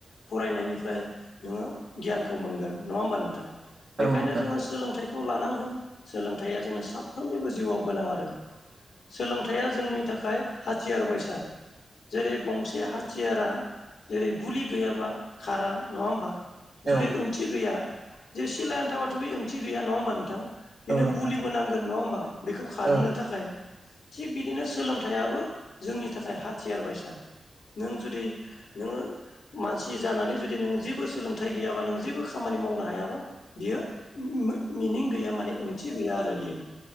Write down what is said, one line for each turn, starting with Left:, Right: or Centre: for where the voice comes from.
Left: फरायनायनिफ्राय नोङो गियानखौ मोनगोन नङा होमबा नोंथां? बेखायनो
Right: औ नोंथां
Left: जोङो सोलोंथाइ खौ लानांगोन। सोलोंथाइया जोंनो साफ्रोमनिबो जिउआव गोनां आरो सोलोंथाइया जोंनि थाखाय हाथियार बायसा। जेरै गंसे हाथियारा जेरै- गुलि गैयाबा खारा नङा होमबा? जुदि
Right: औ
Left: ओंथि गैया जे सिलाय आनथाबाथ' बे ओंथि गैया नङा होमबा नोंथां? बेनो
Right: औ नोंथां
Left: गुलि नांगोन नङा होमबा बेखौ खारहोनो
Right: औ
Left: थाखाय। थिग बिदिनो सोलोंथाइयाबो जोंनि थाखाय हाथियार बायसा। नों जुदि नोङो मानसि जानानै जुदि नों जेबो सोलोंथाइ गैयाबा नों जेबो खामानि मावनो हायाबा बियो मिनिं गैया माने ओंथि गैया आरो बेयो।